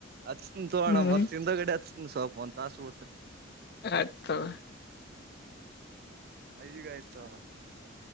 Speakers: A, on the right; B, on the left.
A: ಹಚ್ತನ ತೋಗೋಣ
B: ಹ್ಮ್
A: ಮತ್ತ ಇಂದ ಗಡೆ ಹಚ್ತನ ಸ್ವಲ್ಪ್ ಒತ್ ಬಿಟ್ಟು.
B: ಆತ ತೊಗೊ.
A: ಈಗಯ್ ಐದಸಾವಿರ್.